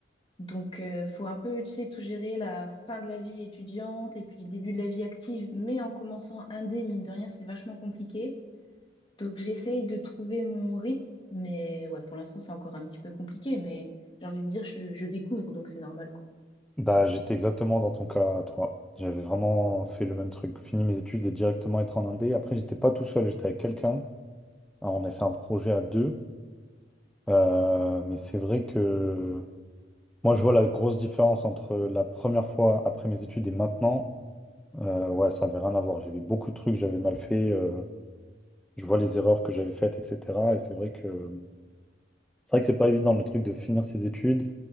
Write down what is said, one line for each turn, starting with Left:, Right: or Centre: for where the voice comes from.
Left: Donc, euh, faut un peu, tu sais, tout gérer la fin de la vie étudiante et puis le début de la vie active. Mais en commençant indé, mine de rien, c'est vachement compliqué. Donc j'essaye de trouver mon rythme, mais ouais, pour l'instant c'est encore un petit peu compliqué, mais j'ai envie de dire je, je découvre, donc c'est normal quoi.
Centre: Bah, j'étais exactement dans ton cas, toi. J'avais vraiment fait le même truc. Fini mes études et directement être en Indé. Après, j'étais pas tout seul, j'étais avec quelqu'un. Alors, on a fait un projet à deux. Euh, mais c'est vrai que moi, je vois la grosse différence entre la première fois après mes études et maintenant. Euh, ouais, ça avait rien à voir. J'avais beaucoup de trucs, que j'avais mal fait. euh, je vois les erreurs que j'avais faites, etc. Et c'est vrai que c'est vrai que c'est pas évident le truc de finir ses études